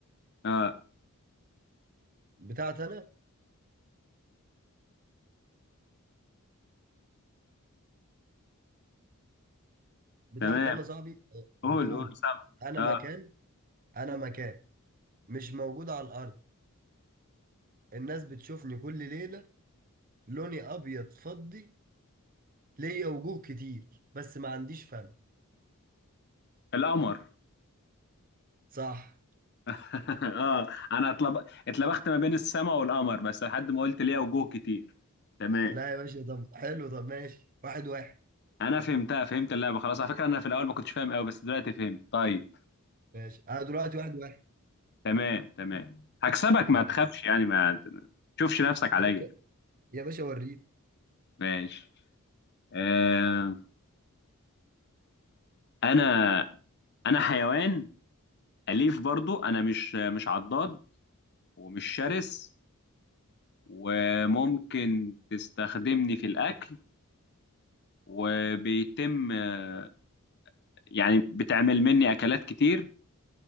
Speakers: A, on the left (about 50°); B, on the right (about 40°).
A: اه
B: بتاعت انا بتاعت
A: تمام
B: انا صاحبي آه،
A: قول
B: بتقول
A: قول سامع
B: انا
A: اه
B: مكان انا مكان مش موجود على الارض الناس بتشوفني كل ليلة لوني أبيض فضي ليا وجوه كتير بس ما عنديش فم
A: القمر
B: صح
A: <laughs> اه انا اتلب... اتلبخت ما بين السماء والقمر بس لحد ما قلت ليها وجوه كتير تمام
B: لا يا باشا طب حلو طب ماشي واحد واحد
A: انا فهمتها فهمت اللعبه خلاص على فكره انا في الاول ما كنتش فاهم قوي بس دلوقتي فهمت طيب
B: ماشي أنا دلوقتي واحد واحد
A: تمام تمام هكسبك ما
B: يا
A: تخافش يعني ما تشوفش نفسك عليا
B: باشا يا باشا وريني
A: ماشي آه انا انا حيوان اليف برضو انا مش مش عضاد ومش شرس وممكن تستخدمني في الاكل وبيتم آه، يعني بتعمل مني اكلات كتير